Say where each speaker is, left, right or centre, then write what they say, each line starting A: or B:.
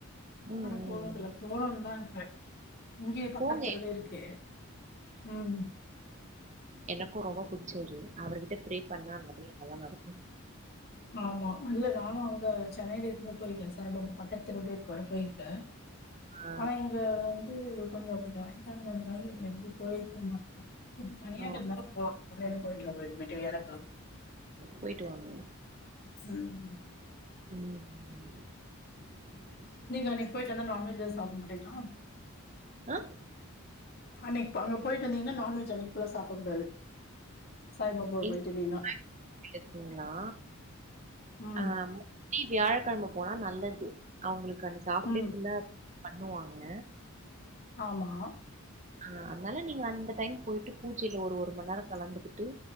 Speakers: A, on the right (about 35°); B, on the left (about 45°).
A: ம்,
B: ஆனா போனது
A: ம்.
B: இல்ல போலான் தா இருக்கே இங்கயே பக்கத்து
A: போங்க.
B: தெருவுலே இருக்கு ம்
A: எனக்கு ரொம்ப புடிச்சவரு அவர்கிட்ட ஃப்ரே பண்ணா நெறய நல்லா நடக்கு
B: ஆமா இல்ல நானு அங்க சென்னையில இருக்கும் போது போயிருக்கே சாய் பாபா பக்கத்து தெருவுலே இருக்காரு போயிருக்கே
A: ஆ.
B: ஆனா இங்க வந்து கொஞ்ச அப்டி ஜாயின் ஃபேமிலியா இருக்கனால எங்கயும் போயிருக்க மாட்டே இப்ப தனியா
A: ஆ
B: இருக்கனால போ
A: போயிட்டு வாங்க
B: ம்
A: ம்
B: நீங்க அன்னைக்கு போய்ட்டு வந்தா நான்வெஜ் எது சாப்பிட மாட்டிங்களா
A: அ
B: அன்னைக்கு இப்ப அங்க போய்ட்டு வந்திங்கன்னா நான்வெஜ் அன்னைக்கு ஃபுல்லா சாப்பிடக்கூடாது சாய்பாபாவ
A: <inaudible>
B: போயிட்டு வந்தீங்கன்னா.
A: இருக்குங்களா
B: ம்.
A: ஆமா டி வியாழக்கிழம போனா நல்லது அவுங்களுக்கு அன்னைக்கு ஹாப்டே
B: ம்.
A: புல்லா பண்ணுவாங்க
B: ஆமா
A: ஆ அதனால நீங்க அந்த டைம் போய்ட்டு பூஜையில ஒரு ஒரு மணிந்நேரம் கலந்துகிட்டு